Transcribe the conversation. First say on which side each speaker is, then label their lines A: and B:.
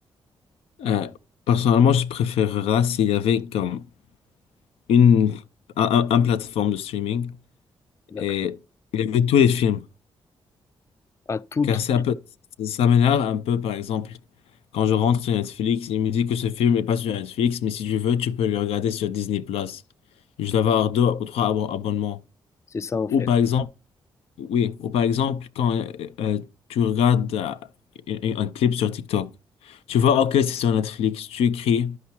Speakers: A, on the left (about 85°); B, on the left (about 30°).
A: Euh, personnellement, je préférerais s'il y avait comme une, un, un- un plateforme de streaming
B: D'accord.
A: et il y avait tous les films.
B: À tout,
A: Car
B: tout.
A: c'est un peu, ça m'énerve un peu, par exemple, quand je rentre sur Netflix, il me dit que ce film n'est pas sur Netflix, mais si tu veux, tu peux le regarder sur Disney+. Plus Je dois avoir deux ou trois abo- abonnements.
B: c'est ça en fait.
A: Ou par exemple, oui, ou par exemple, quand euh, euh, tu regardes euh, un, un clip sur TikTok, tu vois, ok, c'est sur Netflix, tu écris,